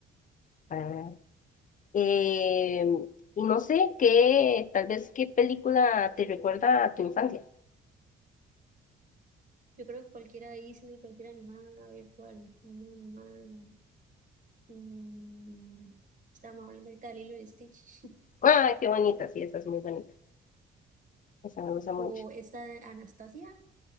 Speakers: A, on the left; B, on the right.
A: para nada. Eh, y no sé qué, tal vez qué película te recuerda a tu infancia.
B: Yo creo que cualquiera Disney, cualquier animal, a ver cuál, una animada. Mm, estamos hablando ahorita de Lilo y Stitch. <laughs>
A: Ah, qué bonita, sí, esa es muy bonita. Esa me gusta mucho.
B: O esta de Anastasia,